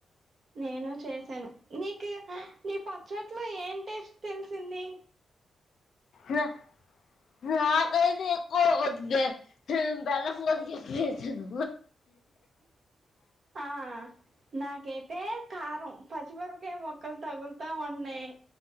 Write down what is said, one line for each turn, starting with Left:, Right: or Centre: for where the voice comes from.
Right: నేను చేశాను మీకు మీ పచ్చట్లో ఏం టేస్ట్ తెలిసింది
Left: రా నా కైతె యాక్కో వద్దే నేను బెల్లం కొరికేసి ఏసాను
Right: ఆ నాకేతే కారం పచ్చిమి కై మొక్కలు తగులుతా ఉన్నాయి